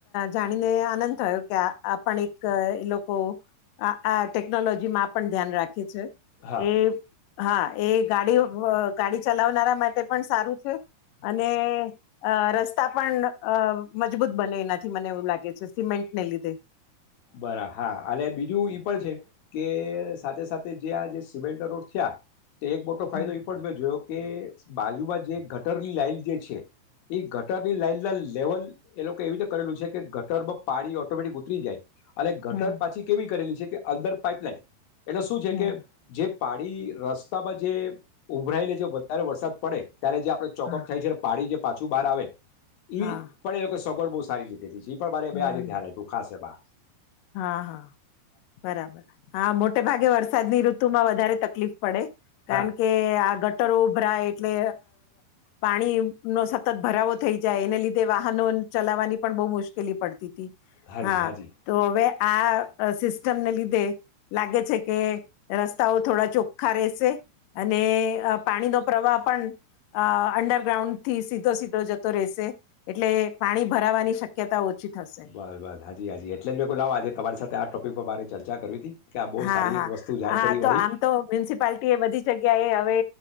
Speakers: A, on the left (about 80°); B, on the left (about 60°).
A: જાણીને આનંદ થયો કે આ પણ એક લોકો આ ટેકનોલોજી માં પણ ધ્યાન રાખે છે એ
B: હા
A: હા એ ગાડી ગાડી ચલાવનારા માટે પણ સારું છે, અને રસ્તા પણ મજબૂત બને એનાથી મને એવું લાગે છે સિમેન્ટને લીધે.
B: બરા હા અને બીજું ઈ પણ છે, કે સાથે સાથે જે આ જે સિવેલન્ટ રોડ થયા. તે એક મોટો ફાયદો
A: હમ
B: એ પણ ભ જોયો કે બાજુમાં જે ગટરની લાાઈન જે છે, એ ગટરની લાઈનના લેવલ એ લોકો એવી રીતે કરેલું છે કે બ પ પાડી ઓટોમેટિક ઉતરી જાય. અને ઘટર
A: હમ
B: પાછી કેવી કરેલી છે કે અલદર પાઇપલાઇન એટલે શું છે
A: હમ
B: કે જે પાડી રસ્તામાં જે ઉભરાયેને જે વધારે વરસાદ પડે. ત્યારે જે આપડે ચોકઅપ
A: હા
B: થાય છે પાડી જે પાછું બહાર આવે. ઈ
A: હા
B: પડે સગ બુ સારી ી પણ મારે
A: હમ
B: ભાઈ આજે ધ્યાન
A: હમ
B: આપ્યું ખાસ હ બા.
A: હા હા બરાબર, હા મોટે ભાગે વરસાદની ઋ તું માં વધારે તકલીફ. પડે
B: હા
A: કારણ કે આ ગટરો ઉભરાય. એટલે પાણીનો સતત ભરાવો થઈ જાય એને લીધે વાહનો ચલાવવાની પણ બહુ મુશ્કેલી પડતી.
B: હાજી
A: હા.
B: હાજી
A: હવે આ સિસ્ટમને લીધે લાગે છે કે રસ્તાઓ થોડા ચોખ્ખા રહેશે અને પાણીનો પ્રવાહ પણ અંડરગ્રાઉન્ડ થી સીધો સીધો જતો રહેશે એટલે પાણી ભરાવાની શક્યતા ઓછી. થશે
B: બસ બસ હાજી હાજી એજ. અલેશભાઈ બુલાવ આજે તમારી સાથે આ ટોપિક બ ચર્ચા કરી હતી. કે આ બહુ
A: હા
B: સારી
A: હા
B: એક વસ્તુ જાણ
A: હા
B: કરી
A: તો
B: વળી
A: આમ તો મ્યુનિસિપાલટી એ બધી જગ્યાએ હવે.